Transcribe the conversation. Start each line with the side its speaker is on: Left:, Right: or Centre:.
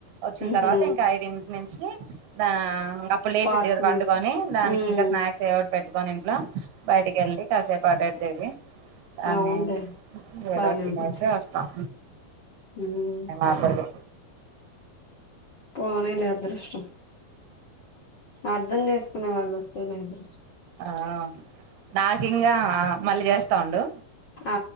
Right: వచ్చిన
Left: ఉహు
Right: తర్వాత ఇంకా ఐదింటి నుంచి ద ఇం అప్పుడు లేసిద్ది
Left: పార్క్
Right: కదా పండుకొని
Left: తీసుకు
Right: దానికి
Left: ఉమ్
Right: ఇంకా స్నాక్స్ ఏదోకటి పెట్టి కొని ఇంట్ల బయటికి వెళ్లి కాసేపు ఆట ఇటు తిరిగి అడనే
Left: అవునులే
Right: ఏదోకటి
Left: బానే
Right: తినేసి
Left: ఉండిద్ది
Right: వస్తాం
Left: ఉమ్
Right: మా అబ్బాయికి
Left: పోనీలె అదృష్టం అర్ధం చేసుకునే వాళ్ళు వస్తేనే అదృష్టం
Right: ఆ నాకి ఇంకా ఆ మళ్ళీ చేస్తా ఉండు
Left: ఆ